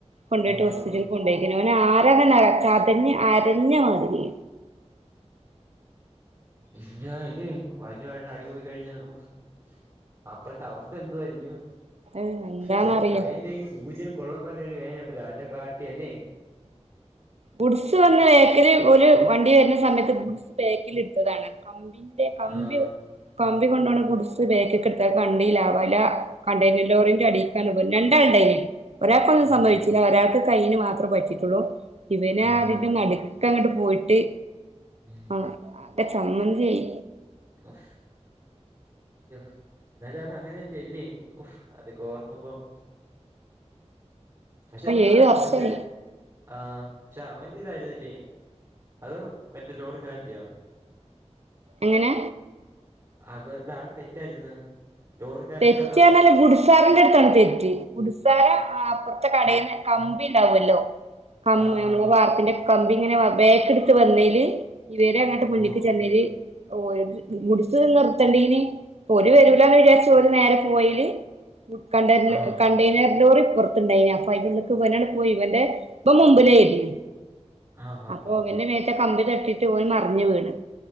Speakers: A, on the right; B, on the right.
A: കൊണ്ടയിട്ട്
B: ആഹ്
A: ഹോസ്പിറ്റിൽ കൊണ്ടെയ്ക്കെനു ഓന് ആരാനന്നെ ചതഞ്ഞു അരഞ്ഞ മാതിരി
B: ഉഫ് ഞാല് വല് വ അടി പോയി കഴിഞ്ഞ ഉഫ് അപ്പഴത്തെ അവസ്ഥ എന്തുവായിരിക്കും.
A: അഹ് എന്താന്നറിയോ
B: ച കയ്ൽ സൂചി കൊള്ളുമ്പന്നെ ഒരു വേയനയുണ്ടല്ലോ? അതിന്റെ കാട്ടിയല്ലേ
A: ഗുഡ്സ് വന്ന് ബേക്കില് ഓല് വണ്ടി വരുന്ന സമയത്ത് ഗുഡ്സ് ബേക്കിലിടിച്ചതാണ് കമ്പി കമ്പി
B: ആഹ്
A: കമ്പി കൊണ്ടോണ ഗുഡ്‌സ് ബേക്കിക്ക്ട്ത്തപ്പോ വണ്ടിലാ വലാ കണ്ടെയ്നർ ലോറിന്റടീ <unintelligible> രണ്ടാളുണ്ടായിന്
B: ഓ
A: ഒരാൾക്കൊന്നും സംഭവിച്ചില്ല.
B: ആഹ്
A: ഒരാൾക്ക് കയ്യിന് മാത്രം പറ്റിട്ടുള്ളൂ. ഇവന
B: ആഹ്
A: അതിന്റെ നടു ക്കങ്ങട്ട് പോയിട്ട്
B: ഉം
A: ആകെ ചമ്മന്തിയായി
B: ഓഫ് യ്യോ ന്നാലും അതങ്ങനെയല്ലേല്ലേ് ഓഫ്‌ അതക്കെ ഓർക്കുമ്പോം പക്ഷെ എന്തുവാ
A: ഏഴ് വർഷായി
B: അവന്റെ ആഹ് പക്ഷെ അവന്റെ ഇതായിരുന്നില്ലേ? അതോ മറ്റേ ലോറി കാരന്റെയോ?
A: എങ്ങനെ
B: അപ്പൊ താടെ തെറ്റായിരുന്നു. ലോറിക്കാരന്റെ
A: തെറ്റ്
B: അതാ
A: പറഞാല് ഗുഡ്‌സ് ഗുഡ്‌സാരന്റടുത്താണ് തെറ്റ്. ഗുഡ്‌സാരൻ ആ അപ്പറത്തെ കടേന്ന് കമ്പി ണ്ടാവല്ലോ? കം
B: ആഹ്
A: നമ്മളെ
B: ആഹ്
A: വാർപ്പിന്റെ കമ്പി ഇങ്ങനെ വ ബാക്കെടുത്ത് വന്നയില് ഇവര് ങ്ങനെ മുന്നക്ക്
B: ഓ
A: ചെന്നെല് ഓടി ബുഡ്സ് നിർത്തണ്ടിനു ഓര് വെരൂലന് വിചാരിച്ചു ത്ത് ഒരു നേര പോയേല് ഫുഡ് കണ്ടെന്
B: ആഹ്
A: കൺ ണ്ടെയ്നർ ലോറിപ്പൊർത്ത്ണ്ടെയ്നു. അപ്പൊ അയ്ന്റുള്ള്ക്ക് ഇവനാണ്ട് പോയി ഇവന്റെ ഇവൻ മുമ്പിലെയ്ന്നു.
B: ആഹ്
A: അപ്പൊ
B: ആഹ്
A: വന്റെ മേത്ത് ആ കമ്പി തട്ടിട്ട് വൻ മറിഞ് വീണ്.